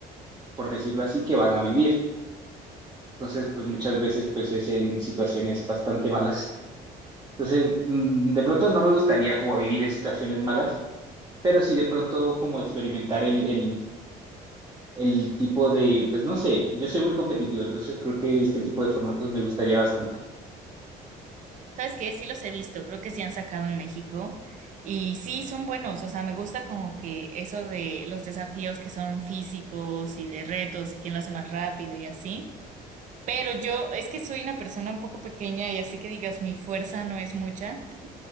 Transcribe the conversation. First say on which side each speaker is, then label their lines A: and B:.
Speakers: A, on the right; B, on the right.
A: por decirlo así, que van a vivir. Entonces, pues muchas veces pues es en situaciones bastante malas. Entonces, mm, de pronto no me gustaría como vivir en situaciones malas, pero sí de pronto como experimentar el, el, el tipo de, pues no sé, yo soy muy competitivo, entonces creo que este tipo de formatos me gustaría bastante.
B: ¿Sabes qué? Sí los he visto, creo que sí han sacado en México. Y sí, son buenos, o sea, me gusta como que eso de los desafíos que son físicos y de retos y quién lo hace más rápido y así. Pero yo, es que soy una persona un poco pequeña y así que digas, mi fuerza no es mucha.